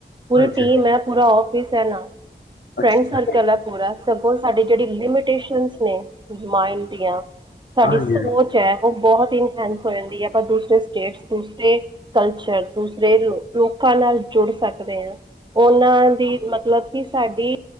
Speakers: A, on the right; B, on the left.
A: ਪੂਰੀ
B: ਅੱਛਾ
A: ਟੀਮ ਐ ਪੂਰਾ ਓਫਿਸ ਐ ਨਾਲ।
B: ਅੱਛਾ
A: ਫਰੈਂਡ
B: ਅੱਛਾ
A: ਸਰਕਲ ਐ ਪੂਰਾ। ਸਗੋਂ ਸਾਡੀ ਜੇੜੀ ਲਿਮੀਟੇਸ਼ਨਸ ਨੇ ਮਾਂਇਡ ਦਿਆਂ ਸਾਡੀ
B: ਹਾਂਜੀ
A: ਸੋਚ ਐ ਓ ਬੋਹਤ ਇਨਹੈਂਸ ਹੋ ਜਾਂਦੀ ਐ। ਪਰ ਦੂਸਰੇ ਸਟੇਟਸ ਦੂਸਰੇ- ਕਲਚਰ ਦੂਸਰੇ ਲੋਕਾਂ ਨਾਲ ਜੁੜ ਸਕਦੇ ਆਂ। ਉਨਾਂ ਦੀ ਮਤਲਬ ਕੀ ਸਾਡੀ